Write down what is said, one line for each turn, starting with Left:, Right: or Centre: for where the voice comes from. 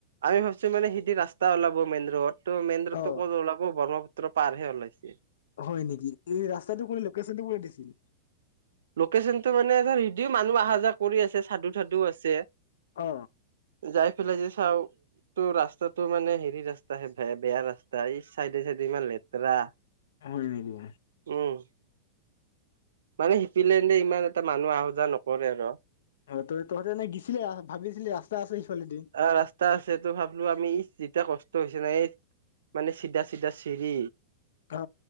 Right: আমি ভাবছো মানে সিতি ৰাস্তা ওলাব মেইন ৰোড। তটো মেইন ৰোডতটো
Left: অ
Right: ক'ত ওলাব ব্ৰহ্মপুত্ৰ পাৰ হে ওলাইছে
Left: হয় নেকি এই ৰাস্তাটো কো লোকেশ্যন টো কোনে দিছিল?
Right: লোকেশচনতটো মানে ধৰ সদিও মানুহ অহা যোৱা কৰি আছে চাধু চাদু আছে
Left: অ
Right: যাই পেলাই যে চাওঁ তটো ৰাস্তাটো মানে হেৰি ৰাস্তা বেয়া বেয়া ৰাস্তা ই চাইডে চাইডে ইমান লেতেৰা
Left: হয় নিদিব।
Right: উম মানে শিপিলে ইমান এটা মানুহ আহা যোৱা নকৰে ন।
Left: অ তই তহঁতেনে গ দিছিলে ভাবিছিলি ৰাস্তা আছে। সিফালেদি
Right: অ ৰাস্তা আছে তো ভাবলো আমি যেতিয়া কষ্ট হৈছে ন এই মানে চিধা চিধা চিৰি
Left: অ